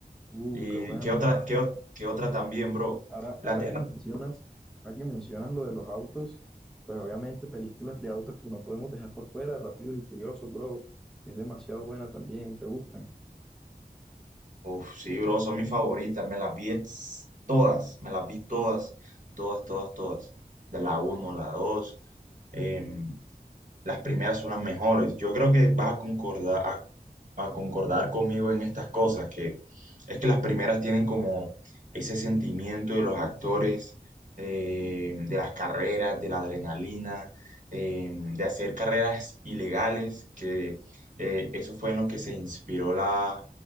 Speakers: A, in the centre; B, on the right.
A: Uh,
B: ¿Y
A: qué bueno.
B: qué otra, qué, o- qué otra también, bro?
A: Ahora,
B: La
A: ahora
B: terra.
A: que mencionas, ahora que mencionas lo de los autos, pues obviamente películas de autos que no podemos dejar por fuera, Rápidos y Furiosos, bro, que es demasiado buena también, ¿te gustan?
B: Uf, sí, bro, son mis favoritas. Me las vi ex- todas, me las vi todas, todas, todas, todas. De la uno la dos em, las primeras son las mejores. Yo creo que vas a concordar, a, a concordar conmigo en estas cosas, que es que las primeras tienen como ese sentimiento de los actores, eh, de las carreras, de la adrenalina, eh, de hacer carreras ilegales, que eh, eso fue en lo que se inspiró la,